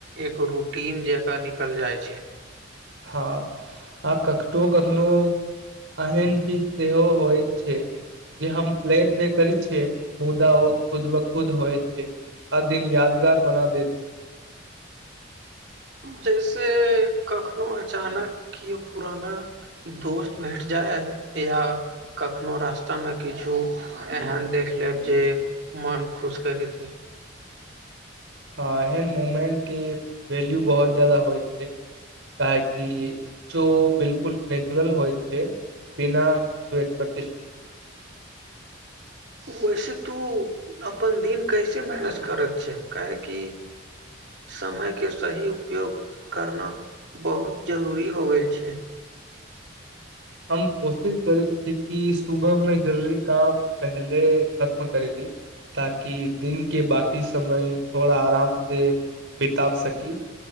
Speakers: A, on the right (about 55°); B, on the right (about 70°).
A: एक रूटीन जेका निकल जाय छै।
B: हँ आ कटो कखनो एहन चीज सेहो होइत छै। जे हम प्लेड बैक कर छियै मुद्दा ओ खुद ब खुद होइ छै। आ दिन यादगार बना दै छै।
A: जैसे कखनो अचानक केओ पुराना दोस्त भेट जाय या कखनो रास्ता में किछु एहन देख लेब जे मन खुश करी देत।
B: हँ एहन मोमेंट केँ वल्यू बहुत ज्यदा होइ छै। काहकि जो बिल्कुल नेचुरल होइ छै। बिना किछु एक्सपटेशन
A: वैसे तू अपन दिन कैसे मैनस करैत छै काह कि समय केँ सही उपयोग करना बहुत जरूरी हो गेल छै।
B: हम कोशिश करै छी कि सुबह में जरूरी काम पहिले खत्म करे ली। ताकि दिन केँ बाकी समय थोड़ा आराम से बिताब सकी।